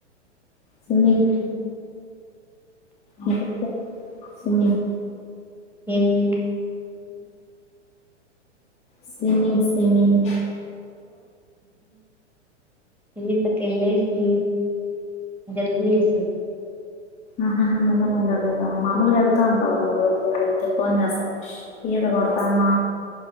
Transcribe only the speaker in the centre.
ఉహు
ఏంది
నేన్ ఇట్లా కేలేసి జల్దీ చేస్తాడు